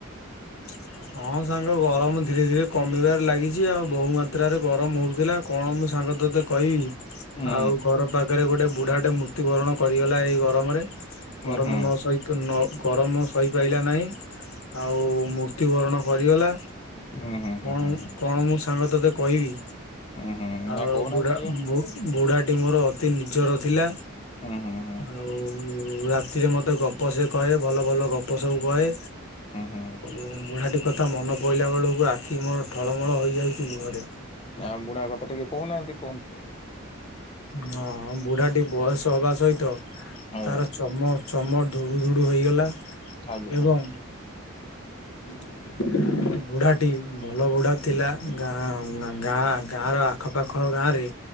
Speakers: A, on the left; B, on the left.
A: <inaudible> ହଁ ସାଙ୍ଗ ଗରମ ଧୀରେ ଧୀରେ କମିବାରେ ଲାଗିଚି ଆଉ। ବହୁମାତ୍ରାରେ ଗରମ ହଉଥିଲା, ଆଉ କଣ ମୁଁ ସାଙ୍ଗ ତତେ କହିବି,
B: ଉଁ
A: ଆଉ ଘର ପାଖରେ ଗୋଟେ ବୁଢାଟେ ମୃତ୍ୟୁବରଣ କରିଗଲା ଏଇ ଗରମରେ। ଗରମ
B: ହୁଁ
A: ନ ସହି ନ ଗରମ ସହିପାଇଲା ନାହିଁ ଆଉ ମୁର୍ ମୃତ୍ୟୁବରଣ କରିଗଲା,
B: ଉଁ ହୁଁ
A: କଣ
B: ହୁଁ ହୁଁ
A: ମୁଁ
B: ହୁଁ।
A: କଣ ମୁଁ ସାଙ୍ଗ ତୋତେ କହିବି?
B: ଉୁଁ ହୁଁ
A: ଆଉ
B: ନାଇଁ କହୁନାହାନ୍ତି
A: ବୁଢା
B: ଟିକେ
A: ବୁ-ବୁଢା ଟି ମୋର ଅତି ନିଜର ଥିଲା।
B: ହୁଁ ହୁଁ ହୁଁ
A: ଆଉ ଉମ୍ ରାତିରେ ମତେ ଗପ ସେ କହେ, ଭଲ ଭଲ ଗପ ସବୁ କହେ।
B: ହୁଁ-ହୁଁ।
A: ଏବଂ ବୁଢାଟି କଥା ମନ ପଇଲା ବେଳକୁ ଆଖି ମୋର ଠଳମଳ ହୋଇଯାଉଛି ଲୁହରେ।
B: ଆମ୍ ବୁଢା କଥା ଟିକେ କହୁନାହାଁନ୍ତି କୁହନ୍ତୁ ଟିକେ।
A: ହଁ ହଁ ବୁଢା ଟିକେ ବୟସ ହବା ସହିତ
B: ଆଜ୍ଞା
A: ତାର ଚମ ଚମ ଧୁଡ଼ୁ ଧୁଡ଼ୁ ହୋଇଗଲା
B: <unintelligible>
A: ଏବଂ <inaudible> ବୁଢାଟି ଭଲ ବୁଢା ଥିଲା, ଗାଁ ଗାଁ ଗାଁ ର ଆଖପାଖ ଗାଁ ରେ